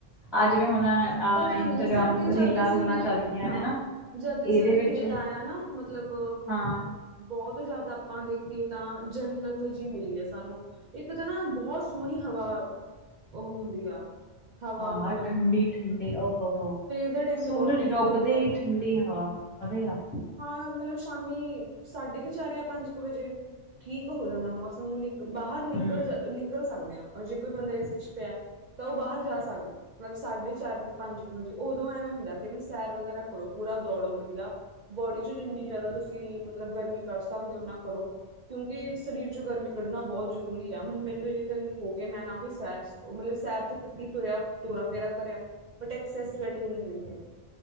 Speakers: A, in the centre; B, on the right (about 50°).
A: ਅੱਜ ਵੀ ਹੁਣ ਅ
B: ਪਤਾ
A: ਇੰਸਟਾਗ੍ਰਾਮ
B: ਨੀ ਸਾਡੇ
A: ਰੀਲਾਂ
B: ਜਦ ਅਸੀਂ
A: ਰੂਲਾਂ
B: ਉਰੇ
A: ਚੱਲ ਗੀਆਂ
B: ਹਾਂ
A: ਨੇ ਨਾ।
B: ਜਦ
A: ਇਹਦੇ
B: ਅਸੀਂ ਓਦੇ
A: ਵਿੱਚ
B: ਖੇਤ ਆਇਆ ਨਾ ਮਤਲਬ
A: ਹਾਂ
B: ਬੋਤ ਜਾਦਾ ਆਪਾਂ ਦੇਖੀਏ ਤਾਂ ਜਨਤ ਜੀ ਮਿਲੀ ਏ ਸਾਨੂੰ, ਇੱਕ ਤਾਂ ਨਾ ਬੋਤ ਸੋਹਣੀ ਹਵਾ ਓ ਹੁੰਦੀ ਆ ਹਵਾ
A: ਹਾਂ
B: ਮ
A: ਠੰਡੀ ਠੰਡੀ ਓਹੋ ਹੋ
B: ਦੇ ਟਾਈਮ
A: ਸੂਰਜ
B: ਤੇ ਬਹੁਤ ਠੰਡੀ
A: ਡੁੱਬਦੇ
B: ਹਵਾ ਹੁੰਦੀ ਹੈ।
A: ਈ ਠੰਡੀ ਹਵਾ ਮਜ਼ਾ ਈ ਆ ਗਿਆ।
B: ਹਾਂ ਮਲਬ ਸ਼ਾਮੀ ਸਾਢੇ ਕੁ ਚਾਰ ਜਾਂ ਪੰਜ ਕੁ ਵਜੇ, ਠੀਕ ਹੋ ਜਾਂਦਾ ਮੌਸਮ ਨੂੰ ਬਾਹਰ ਨਿਕਲ
A: ਹੂੰ।
B: ਜਾ ਨਿਕਲ ਸਕਦੇ ਆਂ ਆਪਾਂ ਜੇ ਕੋਈ ਬੰਦਾ ਏ ਸੀ 'ਚ ਪਿਆ ਤਾਂ ਓ ਬਾਹਰ ਜਾ ਸਕਦਾ। ਮਲਬ ਸਾਢੇ ਚਾਰ ਕੁ ਪੰਜ ਕੁ ਵਜੇ ਓਦੋਂ ਐਵੇਂ ਹੁੰਦਾ ਕਿ ਵੀ ਸੈਰ ਵਗੈਰਾ ਕਰੋ, ਪੂਰਾ ਦੌੜੋ ਵਧੀਆ। ਬੋਡੀ 'ਚ ਜਿੰਨੀ ਜ਼ਿਆਦਾ ਤੁਸੀਂ ਮਤਲਬ ਗਰਮੀ ਕੱਢ ਸਕਦੇ ਓ, ਓਨਾ ਕਰੋ। ਕਿਉਂਕਿ ਸਰੀਰ ਚੋਂ ਗਰਮੀ ਕੱਢਣਾ ਬੋਤ ਜ਼ਰੂਰੀ ਆ, ਹੁਣ ਮੈਨੂੰ ਏਨੇ ਦਿਨ ਹੋ ਗੇ ਮੈਂ ਨਾ ਕੋਈ ਸੈਰ ਓ ਮਲਬ ਸੈਰ ਤੇ ਕੀਤੀ, ਤੁਰਿਆ ਤੋਰਾ ਫੇਰਾ ਕਰਿਆ ਬਟ ਐਕਸਸ ਸਵੈਟਿੰਗ ਨੀ ਹੋਈ ਐ,